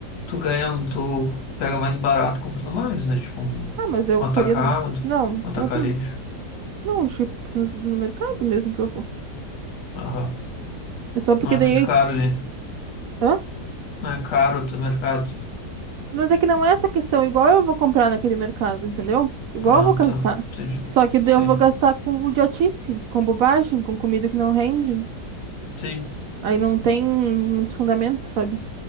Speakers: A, on the left; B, on the right.
A: tu ganha, tu pega mais barato comprando mais, né? Tipo, um,
B: Ah, mas eu
A: um atacado,
B: faria no... Não, próprio...
A: um atacarejo.
B: Não, acho que no, no mercado mesmo que eu vou.
A: Aham.
B: É só porque
A: Não é
B: daí...
A: muito caro ali.
B: Hã?
A: Não é caro o teu mercado?
B: Mas é que não é essa questão. Igual eu vou comprar naquele mercado, entendeu? Igual
A: Ah,
B: eu vou gastar.
A: tá. Entendi.
B: Só que daí
A: Sim.
B: eu vou gastar com idiotice, com bobagem, com comida que não rende.
A: Sim.
B: Aí não tem muito fundamento, sabe?